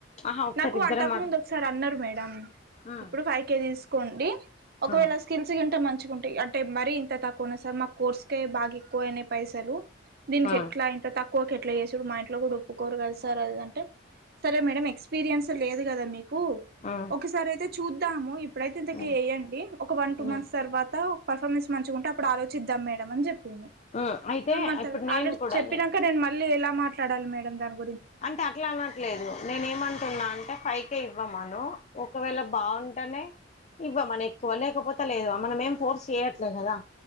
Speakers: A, on the left; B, on the right.
A: ఆహా ఒకసారి
B: నాకు
A: ఇద్దరం
B: అంతకు
A: అడు
B: ముందు ఒకసారి అన్నారు మేడం
A: ఆ
B: ఇప్పుడు ఫైవ్ కే తీసుకోండి ఒకవేళ
A: ఆ
B: స్కిల్స్ తింటా మ కుంటా అంటే మర ఇంత తక్కువ ఉన్నా సార్ మా కోర్స్కే బాగా ఎక్కువ అయినాయి పైసలు దీనికి
A: ఆ
B: ఎట్లా ఇంట తక్కువ ఎట్లా చేసురు మా కూడా ఒప్పుకోరు కదా సార్ అదింటే సరే మేడం ఎక్స్పీరియన్స్ లేదు కదా మీకు
A: ఉమ్
B: ఒకసారి అయితే చూద్దాము ఇప్పుడైతే ఇంతక
A: ఉమ్
B: వేయంండి ఒక వన్ టూ
A: ఉమ్
B: మంత్స్ తర్వాత పర్ఫార్మెన్స్ మంచి ఉంటేప్పుడు ఆలోచిద్దాం మేడం అ చెప్పి న్
A: ఉమ్ అయితే
B: మంత్
A: ఇప్పుడు నేను
B: ఆల్రెడీ
A: కూడా
B: చెప్పినాక
A: నే
B: నేను మళ్ళీ ఎలా మాట్లాడాలి మేడం దానికి
A: అంటే అట్లా అనట్లేదు నేను ఏమంటున్నా అంటే ఫైవ్ హేయ్ ఇవ్వమను ఒకవేళ బాగుంటేనే ఇవ్వ మను ఎక్కువ లేకపోతే లేదు మనం ఏం ఫోర్స్ చెయట్లే కదా